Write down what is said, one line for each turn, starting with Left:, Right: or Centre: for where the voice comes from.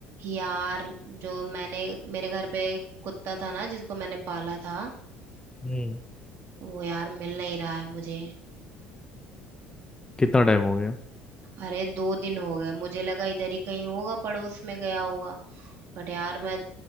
Right: यार जो मैंने मेरे घर पे कुत्ता था ना जिसको मैंने पाला था
Left: हम्म
Right: वो यार मिल नहीं रहा है मुझे
Left: कितना टाइम हो गया
Right: अरे दो दिन हो गए मुझे लगा इधर ही कहीं होगा पड़ोस में गया होगा बट यार मैं